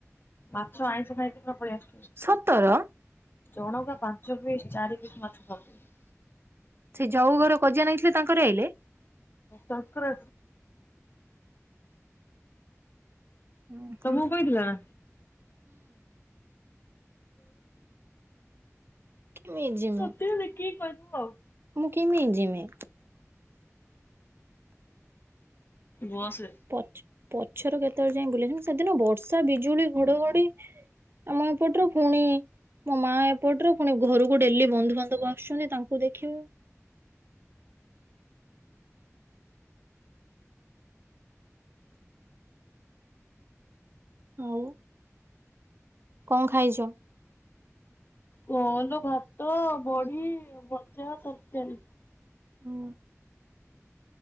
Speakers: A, on the left (about 40°); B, on the right (about 45°).
A: ମାଛ ଆଇଁସ ଖାଇ ପଳେଇ ଆସୁ
B: ସତର
A: ଚଣକା ପାଞ୍ଚ ପିସ୍ ଚାରି କିିସ୍ ମାଛ ଖଉଛନ୍ତି।
B: ସେ ଯଉ ଘର କଜା ନେଇାଗଥିଲେ ତାଙ୍କର ଆଇଲେ
A: କାଙ୍କରା
B: ହୁଁ
A: ତମକୁ କହିଥିଲା ନା।
B: କେମିତି ଯିମି
A: ତତି ନ କିି କହି ହଁ।
B: ମୁଁ କେମି ଯିମି।
A: ବସରେ।
B: ପଛ ପଛର କେତେବେଳେ ଯାଇ ବୁଲ ସେଦିନ ବର୍ଷା ବିଜୁଳି ଘଡଘଡି ଆମ ଏପଟରୁ ପୁଣି ମୋ ମା ଏପଟରୁ ପୁଣି ଘରକୁ ଡେଲି ବନ୍ଧୁବାନ୍ଧବ ଆସୁଛନ୍ତି। ତାଙ୍କୁ ଦେଖିବ ଆଉ। କଣ ଖାଇଛ।
A: କଣ ଭାତ ବଢି ବଜା ତରକାରୀ।
B: ହଁ।